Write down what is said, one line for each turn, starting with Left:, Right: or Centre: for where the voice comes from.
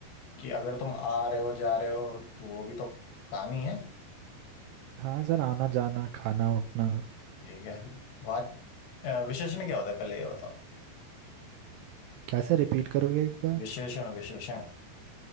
Left: कि अगर तुम आ रहे हो जा रहे हो तो वो भी तो काम ही है
Right: हाँ सर आना जाना खाना उठना
Left: ठीक है बात अ, विशेषण क्या होता है पहले ये बताओ
Right: क्या सर रिपीट करोगे एक बार
Left: विशेषण विशेषण